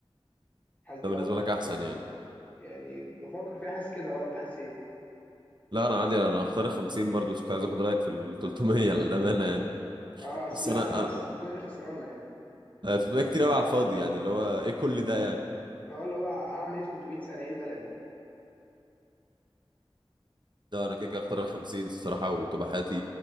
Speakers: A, on the left; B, on the right.
A: حاسس
B: ده
A: دي
B: بالنسبة
A: عوق
B: لك
A: عندي.
B: أحسن يعني
A: يعني بفكر فيها حاسس كده اه انت حاسس ايه
B: لا أنا عادي أنا هختار ال 50 برضه بس كنت عايز آخد رأيك في ال 300 للأمانة يعني
A: اه اصل
B: بس
A: لا
B: أنا
A: انا حاسس
B: أنا
A: 300 دي خسرانه يعني
B: آه، 300 كتير أوي على الفاضي يعني اللي هو إيه كل ده يعني
A: اه اللي هو هعمل ايه في 300 سنه ايه الملل ده
B: لا أنا كده
A: يعني
B: كده هختار ال 50 الصراحة وتبقى حياتي